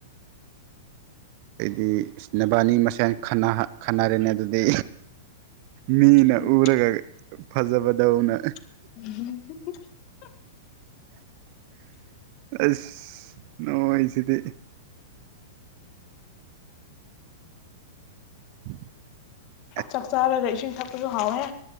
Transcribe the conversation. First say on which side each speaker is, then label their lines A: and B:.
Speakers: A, on the right (about 45°); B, on the left (about 40°).
A: ꯑꯩꯗꯤ ꯅꯕꯥꯅꯤ ꯃꯁꯦꯟ ꯈꯟꯅꯔꯦꯅꯦ ꯑꯗꯨꯗꯤ ꯃꯤꯅ
B: ꯎꯝ
A: ꯎꯔꯒ ꯐꯖꯕꯗꯧꯅ
B: ꯎ <unintelligible>
A: ꯑꯁ ꯅꯅꯨꯡ ꯑꯩꯁꯤꯗꯤ <inaudible>
B: ꯆꯥꯛ ꯆꯥꯔꯒ ꯏꯁꯤꯡ ꯊꯛꯄꯁꯨ ꯍꯥꯎꯋꯦ